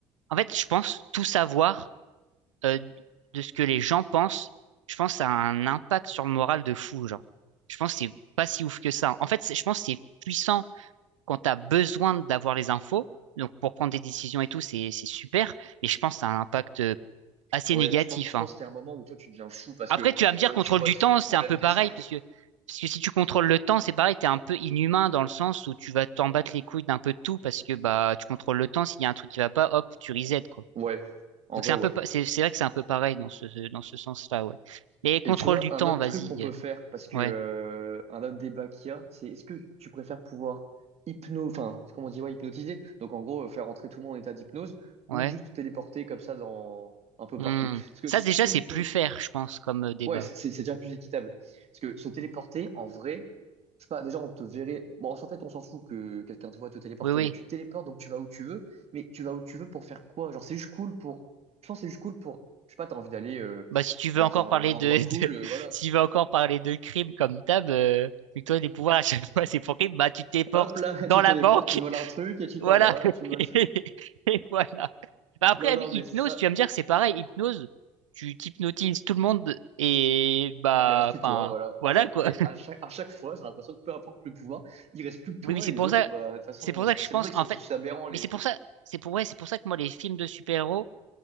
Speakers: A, on the right; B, on the right.
A: En fait, je pense tout savoir euh, de ce que les gens pensent, je pense ça a un impact sur le moral de fou, genre. Je pense que c'est pas si ouf que ça. En fait, c'est- je pense que c'est puissant quand t'as besoin d'avoir les infos. Donc pour prendre des décisions et tout, c'est c'est super. Mais je pense que ça a un impact euh, assez
B: Ouais,
A: négatif,
B: je pense, je
A: hein.
B: pense qu'il y a un moment où toi tu deviens fou parce
A: Après,
B: que
A: tu vas me dire
B: toi,
A: contrôle
B: tu vois
A: du
B: tous
A: temps,
B: les problèmes
A: c'est un peu pareil
B: des gens et
A: parce
B: tout.
A: que parce que si tu contrôles le temps, c'est pareil, t'es un peu inhumain dans le sens où tu vas t'en battre les couilles d'un peu de tout parce que bah tu contrôles le temps. S'il y a un truc qui va pas, hop, tu reset, quoi.
B: Ouais, en
A: Donc
B: vrai,
A: c'est un
B: ouais.
A: peu, pa- c'est c'est vrai que c'est un peu pareil dans ce dans ce sens-là, ouais. Mais contrôle
B: Et tu vois,
A: du temps,
B: un autre
A: vas-y,
B: truc qu'on peut
A: euh,
B: faire, parce que
A: ouais,
B: euh, un autre débat qu'il y a, c'est est-ce que tu préfères pouvoir hypno, enfin, comment on dit, ouais, hypnotiser, donc en gros, euh, faire rentrer tout le monde en état d'hypnose,
A: ouais.
B: ou juste te téléporter comme ça dans un peu
A: Hmm.
B: partout. Parce que
A: Ça
B: si
A: déjà
B: tu peux
A: c'est
B: hypno
A: plus faire, je pense, comme euh, débat.
B: Ouais, c'est c'est- c'est déjà plus équitable. Parce que se téléporter, en vrai, je sais pas, déjà on te verrait. Bon, en fait, on s'en fout que quelqu'un te voit te téléporter,
A: Oui, oui.
B: mais tu te téléportes donc tu vas où tu veux. Mais tu vas où tu veux pour faire quoi? Genre, c'est juste cool pour. Je pense que c'est juste cool pour. Je sais pas, t'as envie d'aller euh,
A: Bah si tu veux
B: dans
A: encore
B: un
A: parler
B: endroit
A: de, <laughs>
B: cool,
A: de
B: euh, voilà.
A: si tu veux encore parler de crime comme d'hab, euh, vu que toi les pouvoirs à chaque fois c'est pour crime, bah tu te téléportes
B: Hop là,
A: dans
B: <laughs> tu
A: la
B: téléportes,
A: banque,
B: tu voles un
A: <laughs>
B: truc et tu
A: voilà.
B: t'en vas,
A: <laughs>
B: tu voles.
A: Et voilà. Bah, après
B: Non, non,
A: hypnose,
B: mais ça,
A: tu vas me dire que c'est pareil. Hypnose, tu t'hypnotises tout le monde et bah
B: il reste plus
A: enfin
B: que toi, voilà.
A: voilà
B: En fait,
A: quoi.
B: mais à chaque, à chaque fois, j'ai l'impression que peu importe le pouvoir, il reste plus que toi
A: Oui, mais c'est
B: et
A: pour
B: les autres,
A: ça,
B: bah, de toute façon,
A: c'est pour ça
B: euh,
A: que
B: c'est
A: je pense,
B: vrai qu'ils
A: en
B: sont
A: fait,
B: tous aberrants, les
A: mais c'est
B: trucs.
A: pour ça, c'est pour, ouais, c'est pour ça que moi, les films de super-héros,